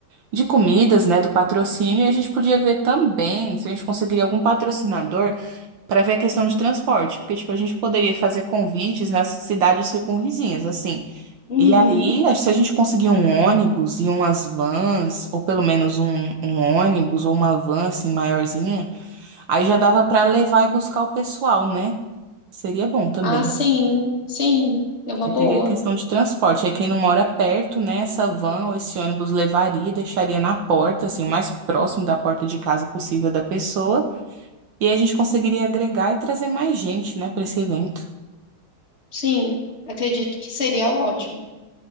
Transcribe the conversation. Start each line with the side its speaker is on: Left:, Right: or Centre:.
Right: de comidas, né? Do patrocínio. E a gente podia ver também se a gente conseguiria algum patrocinador. Pra ver a questão de transporte, porque tipo a gente poderia fazer convites nas cidades circunvizinhas, assim.
Left: Uhum.
Right: E aí, acho que se a gente conseguir um ônibus e umas vans, ou pelo menos um, um ônibus ou uma van assim maiorzinha, aí já dava pra levar e buscar o pessoal, né? Seria bom também.
Left: Ah, sim, sim. É uma
Right: Porque
Left: boa.
Right: teria a questão de transporte. Aí quem não mora perto, né, essa van ou esse ônibus levaria, e deixaria na porta, assim, o mais próximo da porta de casa possível da pessoa. E aí a gente conseguiria agregar e trazer mais gente, né, para esse evento.
Left: Sim, acredito que seria ótimo.